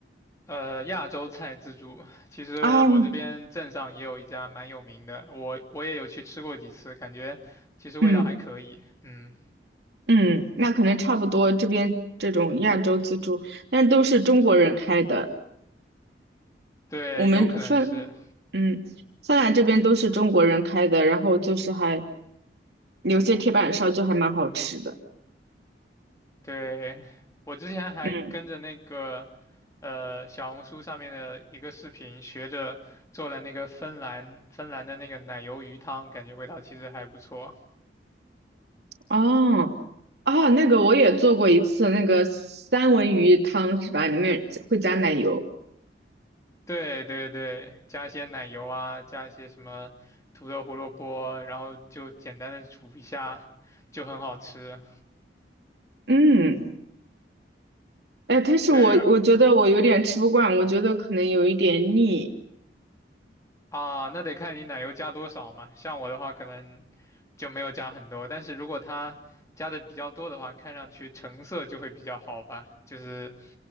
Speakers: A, on the left; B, on the right.
A: 呃亚洲菜自助。其实我这边镇上也有一家蛮有名的，
B: 啊，
A: 我我也有去吃过几次，感觉其实味道还可以。
B: 嗯。
A: 嗯，
B: 嗯，那可能差不多，这边这种亚洲自助，但都是中国人开的。
A: 对，
B: 我们芬，
A: 有可能是。
B: 嗯，芬兰这边都是中国人开的，然后就是还有些铁板烧就还蛮好吃的。
A: 对，我之前还跟着那个
B: 嗯，
A: 呃小红书上面的一个视频，学着做了那个芬兰芬兰的那个奶油鱼汤，感觉味道其实还不错。
B: 哦，哦，那个我也做过一次，那个三文鱼汤是吧？里面会加奶油。
A: 对对对，加一些奶油啊，加一些什么土豆、胡萝卜，然后就简单的煮一下，就很好吃。
B: 嗯，哎，但是我我觉得我有点吃不惯，
A: 对，
B: 我觉得可能有一点腻。
A: 啊，那得看你奶油加多少嘛。像我的话，可能就没有加很多，但是如果它加的比较多的话，看上去成色就会比较好吧，就是